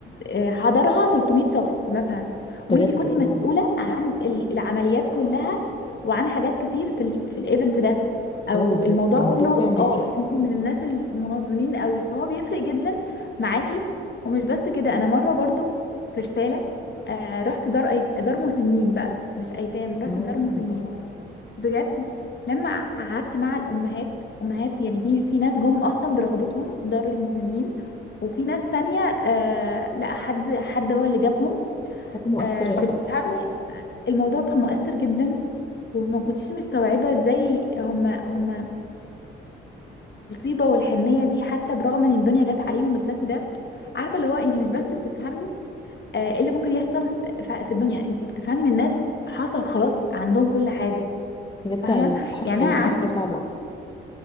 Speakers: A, on the left; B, on the left.
A: آه، حضرها 300 شخص مثلا
B: بجد
A: وانت كنت
B: اه
A: مسؤولة عن ال- العمليات كلها وعن حاجات كتير في ال في الايفنت ده او
B: اه بالظبط
A: الموضوع
B: الموضوع
A: كله
B: فعلا بيفرق
A: اه انت من الناس المنظمين قوي فهو بيفرق جدا معاكي ومش بس كده انا مرة برضو في رسالة آه، رحت دار أيت- دار مسنين بقى مش ايتام رحت
B: اه
A: دار مسنين بجد لما قعدت مع الامهات امهات يعني في في ناس جم اصلا برغبتهم دار المسنين وفي ناس تانية آه لا حد حد هو اللي جابهم
B: حاجة مؤثرة
A: آه بتفهمي
B: بجد
A: الموضوع كان مؤثر جدا وما كنتش مستوعبة ازاي هم هم بالطيبة والحنية دي حتى برغم ان الدنيا جت عليهم بالشكل ده عارفة اللي هو انت مش بس بتفهمي آه، ايه اللي ممكن يحصل ف- في الدنيا انت بتفهمي من الناس حصل خلاص عندهم كل حاجة
B: بجد
A: فاهمه
B: عياط حرفيا
A: يعني انا لا.
B: حاجة
A: قعدت
B: صعبة
A: برضه